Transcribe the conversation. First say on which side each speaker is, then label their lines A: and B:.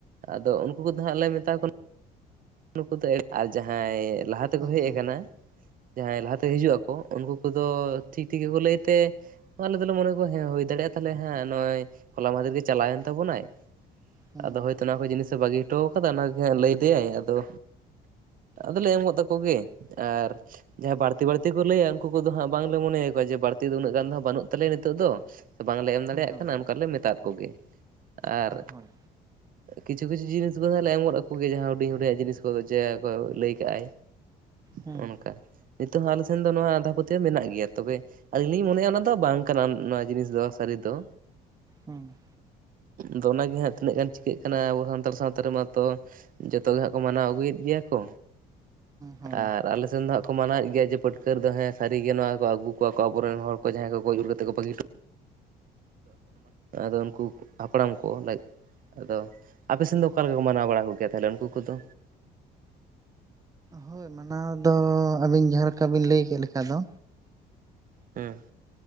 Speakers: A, on the right; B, on the right.
A: ᱟᱫᱚ ᱩᱱᱠᱩ ᱠᱚᱫᱚ ᱦᱟᱸᱜ ᱞᱮ ᱢᱮᱛᱟ ᱠᱚ ᱠᱟᱱᱟ ᱱᱩᱠᱩ ᱫᱚ <inaudible> ᱟᱨ ᱡᱟᱦᱟᱸᱭ ᱞᱟᱦᱟ ᱛᱮᱠᱚ
B: ᱦᱩᱸ
A: ᱦᱮᱡ
B: ᱦᱩᱸ
A: ᱟᱠᱟᱱᱟ ᱡᱟᱦᱟᱸᱭ ᱛᱮ ᱦᱤᱡᱩᱜ ᱟᱠᱚ ᱩᱱᱠᱩ ᱠᱚᱫᱚ ᱴᱷᱤᱠ ᱴᱷᱤᱠ ᱜᱮᱠᱚ ᱞᱟᱹᱭ ᱛᱮ ᱟᱞᱮ ᱫᱚᱞᱮ ᱢᱚᱱᱮ ᱠᱚᱣᱟ ᱦᱮᱸ ᱦᱩᱭ ᱫᱟᱲᱮᱭᱟᱜᱼᱟ ᱛᱟᱞᱦᱮ ᱦᱮᱸ ᱱᱚᱜ-ᱚᱭ ᱦᱚᱞᱟ ᱢᱟᱫᱷᱮᱨ ᱜᱮ ᱪᱟᱞᱟᱣᱮᱱ ᱛᱟᱵᱚᱱᱟᱭ
B: ᱦᱩᱸ
A: ᱟᱫᱚ ᱦᱚᱳᱭᱛᱳ ᱱᱚᱣᱟ ᱠᱚ ᱡᱤᱱᱤᱥᱮ ᱵᱟᱹᱜᱤ ᱦᱚᱴᱚ ᱠᱟᱣᱫᱮᱭᱟ ᱚᱱᱟᱜᱮ ᱦᱟᱸᱜ ᱞᱟᱹᱭ ᱟᱫᱮᱭᱟᱭ ᱟᱫᱚ ᱟᱫᱚᱞᱮ ᱮᱢ ᱜᱚᱫ ᱟᱠᱚᱜᱮ ᱟᱨ ᱡᱟᱦᱟᱸᱭ ᱵᱟᱹᱲᱛᱤ ᱵᱟᱹᱲᱛᱤ ᱠᱚ ᱞᱟᱹᱭᱟ ᱩᱱᱠᱩ ᱠᱚᱫᱚ ᱦᱟᱸᱜ ᱵᱟᱝᱞᱮ ᱢᱚᱱᱮᱭᱟᱠᱚᱣᱟ ᱡᱮ ᱵᱟᱹᱲᱛᱤ ᱫᱚ ᱩᱱᱟᱹᱜ ᱜᱟᱱ ᱫᱚ ᱵᱟᱹᱱᱩᱜ ᱛᱟᱞᱮᱭᱟ ᱱᱤᱛᱚᱜ ᱫᱚ ᱥᱮ ᱵᱟᱝᱞᱮ ᱮᱢ ᱫᱟᱲᱮᱭᱟᱜ
B: ᱦᱩᱸ ᱦᱳᱭ
A: ᱠᱟᱱᱟ ᱚᱱᱠᱟ
B: ᱦᱳᱭ
A: ᱞᱮ ᱢᱮᱛᱟᱫ ᱠᱚᱜᱮ ᱟᱨ
B: ᱦᱳᱭ
A: ᱠᱤᱪᱷᱩ ᱠᱤᱪᱷᱩ ᱡᱤᱱᱤᱥ ᱠᱚᱫᱚᱞᱮ ᱮᱢ ᱜᱚᱫ ᱟᱠᱚᱜᱮ ᱡᱟᱦᱟᱸ ᱦᱩᱰᱤᱧ ᱦᱩᱰᱤᱧᱟᱜ ᱡᱤᱱᱤᱥ ᱠᱚᱫᱚ ᱡᱟᱦᱟᱸ ᱠᱚ ᱞᱟᱹᱭ ᱠᱟᱜᱼᱟᱭ
B: ᱦᱩᱸ
A: ᱱᱚ-ᱚ ᱱᱚᱝᱠᱟ ᱱᱤᱛᱚᱜ ᱦᱚᱸ ᱟᱞᱮ ᱥᱮᱱ ᱫᱚ ᱱᱚᱣᱟ ᱟᱸᱫᱷᱟ ᱯᱟᱹᱛᱭᱟᱹᱣ ᱢᱮᱱᱟᱜ ᱜᱮᱭᱟ ᱛᱚᱵᱮ ᱟᱹᱞᱤᱧ ᱞᱤᱧ ᱢᱚᱱᱮᱭᱫ-ᱟ ᱚᱱᱟ ᱫᱚ ᱵᱟᱝ ᱠᱟᱱᱟ ᱱᱚᱣᱟ ᱡᱤᱱᱤᱥ ᱫᱚ ᱥᱟᱹᱨᱤ ᱫᱚ
B: ᱦᱩᱸ
A: ᱫᱚ ᱚᱱᱟᱜᱮ ᱦᱟᱸᱜ ᱛᱤᱱᱟᱹᱜ ᱜᱟᱱ ᱪᱤᱠᱟᱹᱜ ᱠᱟᱱᱟ ᱟᱵᱚ ᱥᱟᱱᱛᱟᱲ ᱥᱟᱶᱛᱟ ᱨᱮᱢᱟᱛᱚ ᱡᱚᱛ ᱡᱚᱛᱚ ᱜᱮ ᱦᱟᱸᱜ ᱠᱚ ᱢᱟᱱᱟᱣ ᱟᱹᱜᱩᱭᱮᱫ ᱜᱮᱭᱟ ᱠᱚ
B: ᱦᱳᱭ
A: ᱟᱨ ᱟᱨ ᱟᱞᱮᱥᱮᱱ ᱫᱚ ᱦᱟᱸᱜ ᱠᱚ ᱢᱟᱱᱟᱣᱮᱫ ᱜᱮᱭᱟ ᱡᱮ ᱯᱟᱹᱴᱠᱟᱹᱨ ᱫᱚ ᱦᱮᱸ ᱥᱟᱹᱨᱤᱜᱮ ᱱᱚᱣᱟ ᱠᱚ ᱟᱹᱜᱩ ᱠᱚᱣᱟ ᱠᱚ ᱟᱵᱚᱨᱮᱱ ᱦᱚᱲ ᱠᱚ ᱡᱟᱦᱟᱸᱭ ᱠᱚ ᱜᱚᱡ ᱜᱩᱨ ᱠᱟᱛᱮ ᱠᱚ ᱵᱟᱹᱜᱤᱴᱚᱜᱣᱟ <inaudible> <inaudible> ᱟᱫᱚ ᱩᱱᱠᱩ ᱦᱟᱯᱲᱟᱢ ᱠᱚ ᱞᱟ <inaudible> ᱟᱫᱚ ᱟᱯᱮ ᱥᱮᱱ ᱫᱚ ᱚᱠᱟ ᱞᱮᱠᱟ ᱠᱚ ᱢᱟᱱᱟᱣ ᱵᱟᱲᱟ ᱠᱚ ᱜᱮᱭᱟ ᱛᱟᱦᱚᱞᱮ ᱩᱱᱠᱩ ᱠᱚᱫᱚ
B: ᱦᱳᱭ ᱢᱟᱱᱟᱣ ᱫᱚ ᱟᱹᱵᱤᱱ ᱡᱟᱦᱟᱸ ᱞᱮᱠᱟ ᱵᱤᱱ ᱞᱟᱹᱭ ᱠᱮᱫ ᱞᱮᱠᱟ ᱫᱚ
A: ᱦᱮᱸ